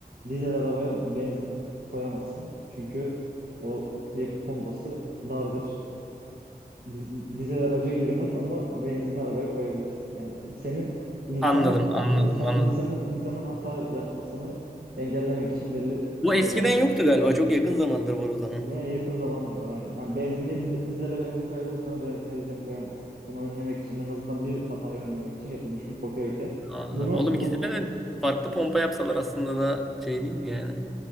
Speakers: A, on the right; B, in the centre.
A: Dizel arabaya benzin koyamazsın. Çünkü o yakıt pompası dardır. Di- Dizel araca girmez ama benzinli arabaya koyabilirsin. Yani senin insanın
B: Anladım, anladım,
A: insan
B: anladım.
A: insanın insanın hata yapmasını engellemek için belli
B: Bu
A: şeyler
B: eskiden yoktu galiba. Çok yakın zamandır var o zaman.
A: veya yakın zamandır var aynen. Yani benzinliğe dize- dizele benzin koyabilirsin ama benzinliğe dizel koyamazsın. Bunu önlemek için en azından bir hatayı önlemek için yapılmış bir poke
B: Anladım.
A: Bunu
B: Oğlum
A: bunu
B: ikisine de farklı pompa yapsalar aslında da şey değil mi yani?